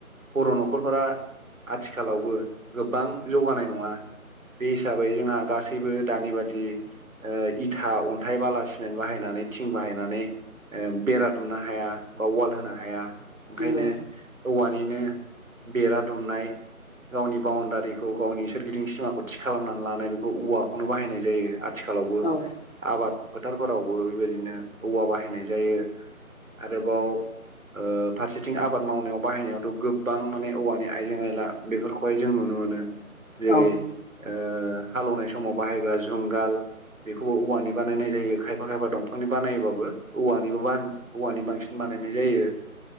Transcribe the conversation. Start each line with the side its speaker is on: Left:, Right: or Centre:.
Right: बर' न'खरफोरा आथिखालावबो गोबां जौगानाय नङा। बे हिसाबै जोंहा गासैबो दानि बादि ओ इथा अन अन्थाय बाला सिमेन्ट बाहायनानै थिं बाहायनानै ओ बेरा दुमनो हाया बा वाल होनो हाया ओंखायनो
Left: नंगौ
Right: औवानिनो बेरा दुमनाय गावनि बाउण्डारिखौ गावनि सोरगिदिं सिमाखौ थि खालामनानै लानाय बेखौ औवाखौनो बाहायनाय जायो आथिखालावबो
Left: औ औ
Right: आबाद फोथारफोरावबो बेबायदिनो औवा बाहायनाय जायो आरोबाव ओ फारसेथिं आबाद मावनायाव बाहायनायावथ' गोबां माने औवानि आइजें आइला बेफोरखौहाय जों नुनो मोनो। जेरै
Left: औ
Right: ओ हाल एवनाय समाव बाहायग्रा जुंगाल बेखौबो औवानि बानायनाय जायो खायफा खायफा दंफांनि बानायोबाबो औवानिबो बा औवानि बांसिन बानायनाय जायो।